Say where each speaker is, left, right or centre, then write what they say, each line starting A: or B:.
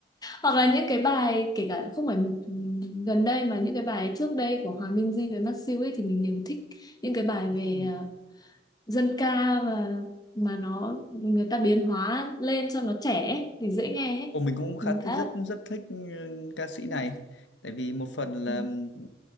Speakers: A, on the left; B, on the left.
A: hoặc là những cái bài kể cả không phải ừm, gần đây mà những cái bài trước đây của Hòa Minzy với Masew ấy thì mình đều thích những cái bài
B: <laughs>
A: về ờ, dân ca mà mà nó người ta biến hóa lên cho nó trẻ ấy, thì dễ nghe ấy.
B: Ồ, mình cũng khá
A: Mình khá
B: thích- rất
A: là
B: rất thích ừ, ca sĩ
A: <laughs>
B: này tại vì một phần là
A: ừ.
B: ừ,